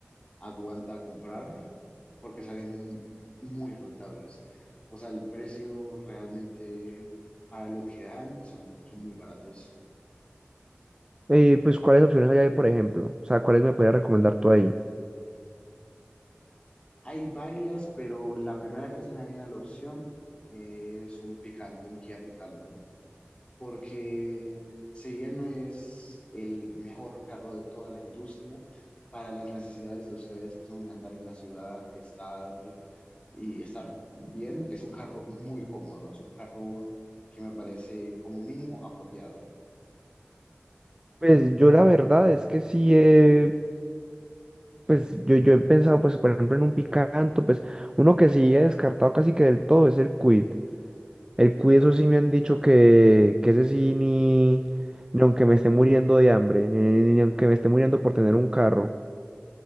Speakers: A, on the left; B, on the right.
A: aguanta comprar porque salen muy rentables. O sea, el precio realmente para lo que dan son, son muy baratos.
B: Eh, pues, ¿cuáles opciones hay ahí, por ejemplo? O sea, ¿cuáles me podrías recomendar tú ahí?
A: Hay varias, pero la primera que se me viene a la opción eh, es un Picanto, un Kia Picanto. porque si bien no es el mejor carro de toda la industria, para las necesidades de ustedes que son andar en la ciudad y estar y estar bien, es un carro muy cómodo, es un carro que me parece como mínimo apropiado.
B: Pues yo la verdad es que sí, eh, pues yo, yo he pensado, pues, por ejemplo, en un picanto, pues uno que sí he descartado casi que del todo es el Quid. El cuy, eso sí me han dicho que, que ese sí ni, ni aunque me esté muriendo de hambre, ni, ni aunque me esté muriendo por tener un carro.